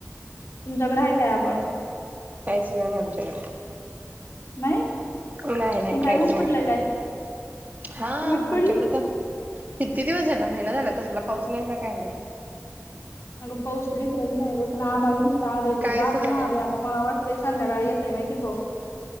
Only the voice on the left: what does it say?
तुमच्याकडे आहे काय आबाळ
नाही
मग काय
ऊन
पडलंय काय
ऊन पडलंय
अग पाऊस तर इकडबी नाय ग पण आभाळ नुस आता आलंय
बघ दाटून
आलय मला वाटतं ते संध्याकाळी येतंय काय कि पाऊस